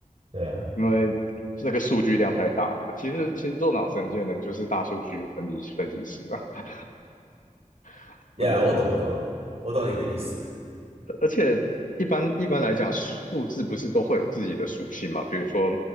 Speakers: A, on the right; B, on the left.
A: 对啊，
B: 因为那个数据量太大了嘛。其实其实做脑神经的人就是大数据分析分析师啊，<laughs>
A: 呀，
B: 我觉得。
A: 我懂，我懂，我懂你的意思。
B: 而且一般一般来讲，数字不是都会有自己的属性嘛？比如说